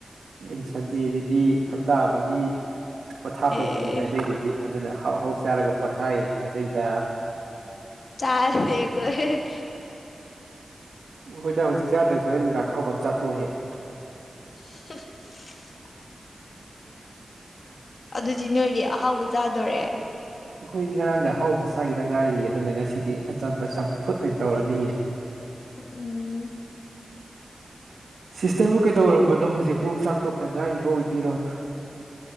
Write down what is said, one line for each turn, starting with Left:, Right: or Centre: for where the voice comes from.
Right: ꯑꯦ ꯁꯟꯗꯦꯖꯤꯗꯤ ꯍꯞꯇꯥ ꯑꯃꯒꯤ ꯄꯣꯊꯥꯐꯝꯅꯤ
Left: ꯑꯦ
Right: ꯍꯥꯏꯅꯩꯗꯨꯗꯤ ꯑꯗꯨꯅ ꯑꯍꯥꯎ ꯑꯍꯥꯎ ꯆꯥꯔꯒ ꯄꯣꯊꯥꯏ ꯍꯥꯏꯅꯩꯗ
Left: ꯆꯥꯗꯦ ꯑꯦꯈꯣꯏ
Right: ꯍꯣꯏꯗ ꯍꯧꯖꯤꯛ ꯆꯥꯗ꯭ꯔꯁꯨ ꯍꯣꯔꯦꯟ ꯅꯨꯡꯗꯥꯡ ꯑꯍꯧꯕ ꯑꯝ ꯆꯥꯊꯣꯛꯑꯣꯍꯦꯛ
Left: <unintelligible> ꯑꯗꯨꯗꯤ ꯅꯣꯏꯗꯤ ꯑꯍꯥꯎꯕ ꯆꯥꯗꯣꯔꯦ
Right: ꯑꯈꯣꯏꯗꯤ ꯉꯔꯥꯡꯗ ꯑꯥꯎꯕ ꯆꯥꯒꯤꯗ ꯉꯥꯏꯔꯤ ꯑꯗꯨꯅ ꯉꯁꯤꯗꯤ ꯑꯆꯝꯕ ꯆꯝꯐꯨꯠ ꯑꯣꯏꯟ ꯇꯧꯔꯅꯤꯌꯦ
Left: ꯎꯝ
Right: ꯁꯤꯁꯇꯔꯕꯨ ꯀꯩꯗꯧꯔꯝꯕꯅꯣ ꯍꯧꯖꯤꯛꯄꯨ ꯆꯥꯛꯇꯣꯛꯇ ꯉꯥꯏꯔꯤꯕ ꯑꯣꯏꯗꯨꯏꯔꯣ